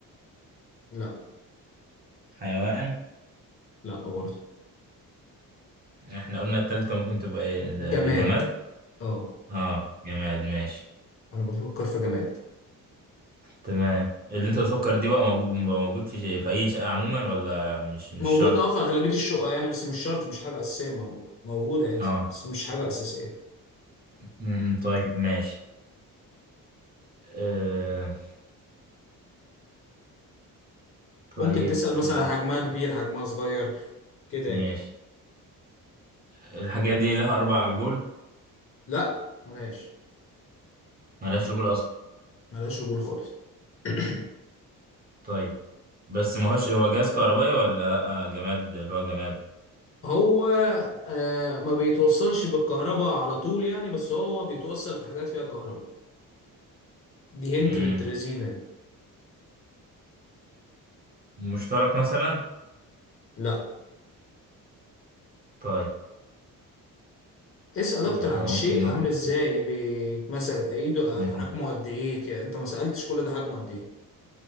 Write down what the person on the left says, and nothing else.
<clears throat> لا
لا برضه
جماد
اه
أنا بفكر في جماد
موجود
اه في أغلبية الشقق يعني بس مش شرط مش حاجة أساسية موجود موجود عادي
بس مش حاجة أساسية
ممكن
تسأل
مثلا
حجمها كبير حجمها صغير كده
يعني
لا ملهاش
ملهاش رجول خالص <clears throat>
هو آه ما بيتوصلش بالكهرباء على طول يعني بس هو بيتوصل في حاجات فيها كهرباء دي
هنت بالترزينة دي
لا
اسأل
اكتر عن
الشيء
عامل ازاي بيتمسك ايده
حجمه قد ايه كده انت ما سألتش كل ده حجمه قد ايه